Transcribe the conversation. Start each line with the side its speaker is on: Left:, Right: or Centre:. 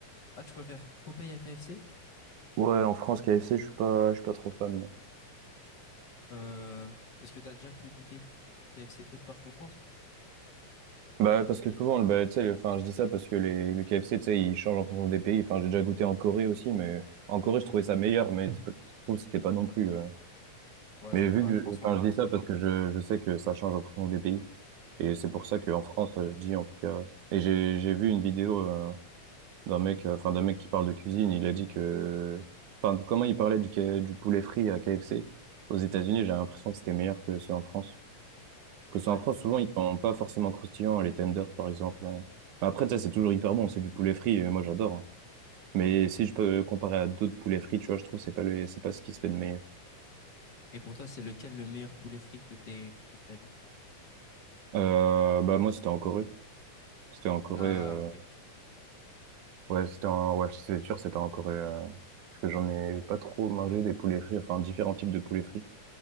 Left: Ah, tu préfères Popeye à KFC?
Right: Ouais, en France, KFC, je suis pas, je suis pas trop fan.
Left: Euh, parce que t'as déjà pu goûter KFC Haute Park en France?
Right: Bah, parce que souvent, le- bah, tu sais, le- enfin, je dis ça parce que les, le KFC, tu sais, il change en fonction des pays. Enfin, j'ai déjà goûté en Corée aussi, mais en Corée, je trouvais ça meilleur, mais c'est pas, je trouve que c'était pas non plus. euh.
Left: Ouais,
Right: Mais
Left: c'était
Right: vu
Left: pas
Right: que,
Left: transcendant.
Right: je- enfin, je dis ça parce que je, je sais que ça change en fonction des pays. Et c'est pour
Left: Ok,
Right: ça qu'en
Left: je vois.
Right: France, euh, je dis en tout cas. Et j'ai, j'ai vu une vidéo euh, d'un mec, euh, enfin, d'un mec qui parle de cuisine. Il a dit que, enfin, comment il parlait du, K- du poulet frit à KFC aux États-Unis, j'ai l'impression que c'était meilleur que ceux en France. Parce
Left: Ouais.
Right: que c'est en France, souvent, ils sont pas forcément croustillants, les tenders, par exemple. hein. Enfin, Après, ça, c'est toujours hyper bon, c'est du poulet frit, et moi, j'adore. hein. Mais si je peux euh, comparer à d'autres poulets frits, tu vois, je trouve que c'est pas le, c'est pas ce qui se fait de meilleur.
Left: Et pour toi, c'est lequel le meilleur poulet frit que t'aies goûté de ta vie?
Right: Euh, bah, moi, c'était en Corée. C'était en Corée,
Left: Ah,
Right: euh,
Left: ok.
Right: ouais, c'était en, ouais, c'est sûr, c'était en Corée, euh, parce que j'en ai pas trop mangé des poulets frits, enfin, différents types de poulets frits.